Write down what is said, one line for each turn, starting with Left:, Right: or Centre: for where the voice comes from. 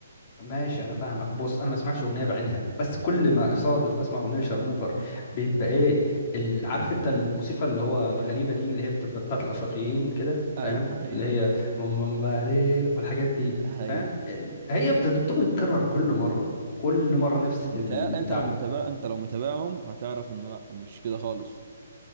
Left: ماشي انا فاهمك بص انا ما سمعتش اغنيه بعينها بس كل ما اصادف اسمع اغنيه لشارموفر بيبقى ايه ال- عارف انت الموسيقى اللي هو الغريبه دي اللي هي بتبقى بتاعت الافريقيين كده فاهم
Right: ايوه ايوه
Left: اللي هي ممبارير والحاجات دي
Right: ايوه
Left: فاهم آه، هي بت- بتقعد تتكرر كل مره كل مره نفس
Right: بتاع
Left: البتاع
Right: انت لو
Left: ده
Right: متابع انت لو متابعهم هتعرف انه لا مش كده خالص